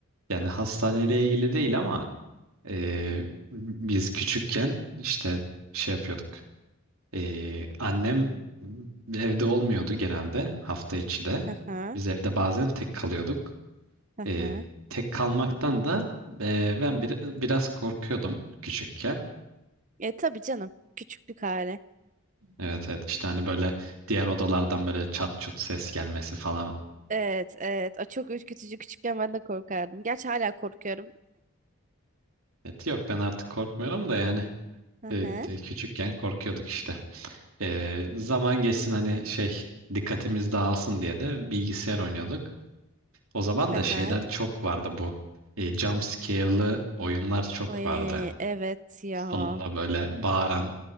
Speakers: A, on the right (about 75°); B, on the right (about 35°).
A: Yani hastaneyle ilgili değil ama e, biz küçükken işte şey yapıyorduk. Ee, annem evde olmuyordu genelde hafta içi de.
B: Hı hı.
A: Biz evde bazen tek kalıyorduk.
B: Hı
A: Ee,
B: hı.
A: tek kalmaktan da e, ben bir, biraz korkuyordum küçükken.
B: E tabii canım. Küçüklük hali.
A: Evet evet işte hani böyle diğer odalardan böyle çat çut ses gelmesi falan.
B: Evet, evet. A, çok ürkütücü küçükken ben de korkardım. Gerçi hala korkuyorum.
A: Evet, yok ben artık korkmuyorum da yani
B: Hı
A: e,
B: hı.
A: e, küçükken korkuyorduk işte. Ee, zaman geçsin hani şey dikkatimiz dağılsın diye de bilgisayar oynuyorduk. O zaman
B: Hı
A: da şeyler
B: hı.
A: çok vardı bu. E, jump scare'lı oyunlar çok
B: Ay,
A: vardı.
B: evet ya.
A: Sonunda böyle bağıran